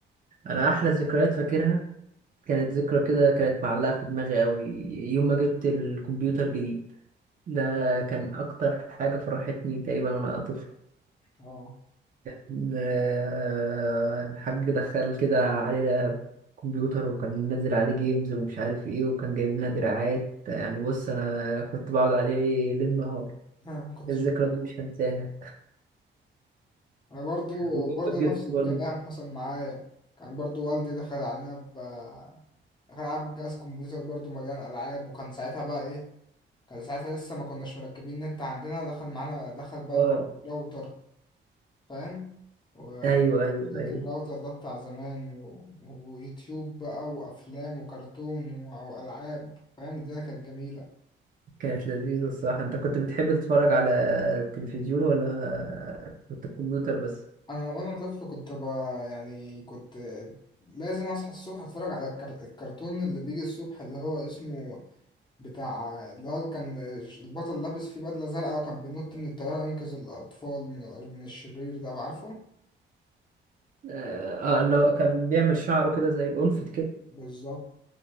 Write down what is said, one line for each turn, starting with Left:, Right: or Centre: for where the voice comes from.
Right: انا احلى ذكريات فاكرها كانت ذكرى كده كانت معلقه في دماغي قوي يوم ما جبت الكمبيوتر جديد ده كان اكتر حاجه فرحتني تقريبا وانا طفل
Left: اه
Right: آه، الحاج دخل كده علينا كمبيوتر وكان منزل عليه جيمز ومش عارف ايه وكان جايب لنا دراعات يعني بص انا كنت بقعد عليه ليل نهار
Left: <laughs> أنا ما كنتش
Right: الذكرى
Left: <laughs>
Right: دي مش هنساها
Left: أنا برضو
Right: وجنبك
Left: برضو نفس
Right: جدا
Left: الكلام
Right: برضه
Left: حصل معايا كان برضو والدي دخل علينا ب دخل علينا بجهاز كمبيوتر برضو مليان ألعاب وكان ساعتها بقى إيه كان ساعتها لسه ما كناش مركبين نت عندنا دخل معانا دخل بقى
Right: اه
Left: راوتر فاهم؟ و-
Right: ايوه ايوه
Left: سلك
Right: ايوه
Left: الراوتر ده بتاع زمان و... ويوتيوب بقى وأفلام وكرتون و- وألعاب فاهم الدنيا كانت جميلة
Right: كانت لذيذة الصراحة انت كنت بتحب تتفرج على التلفزيون ولا كنت الكمبيوتر بس
Left: انا وانا طفل كنت ب... يعني كنت لازم اصحى الصبح اتفرج على الكر... الكرتون اللي بيجي الصبح اللي هو اسمه بتاع اللي هو كان البطل لابس فيه بدلة زرقاء وكان بينط من الطيارة ينقذ الأطفال من, من الشرير ده عارفه
Right: اه آه، اللي هو كان بيعمل شعره كده زي الأنفت
Left: بالظبط